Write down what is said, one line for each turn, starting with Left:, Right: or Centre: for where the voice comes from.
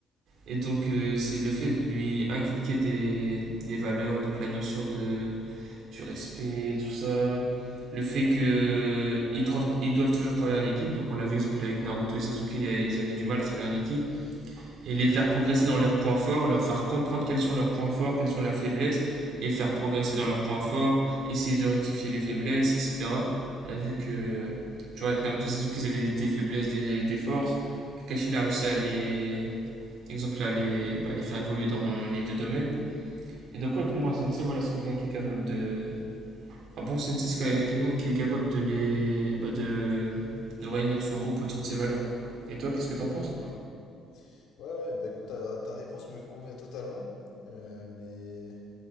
Right: Et donc, euh, c'est le fait de lui inculquer des, des valeurs, donc la notion de, du respect, tout ça. Le fait que ils doivent, ils doivent toujours travailler en équipe. Donc, on l'a vu, par exemple, avec Naruto et Sasuke, ils avaient du mal à travailler en équipe et les faire progresser dans leurs points forts, leur faire comprendre quels sont leurs points forts, quelles sont leurs faiblesses, les faire progresser dans leurs points forts, essayer de rectifier les faiblesses, etc. On a vu que, tu vois, avec Naoto Sasuke, ils avaient des faiblesses, des, des forces. Kakashi, il a réussi à les, exemple, à les, bah, les faire évoluer dans les deux domaines. Et donc, ouais, pour moi, un sensei, voilà, c'est quelqu'un qui est capable de. Un bon sensei, c'est quelqu'un qui est capable de les. Bah, de... de réunir son groupe autour de ses valeurs.
Left: Hmm.
Right: Et toi, qu'est-ce que t'en
Left: Ouais,
Right: penses
Left: je vois. Ouais, ouais, bah écoute, ta, ta réponse me convient totalement. Euh, mais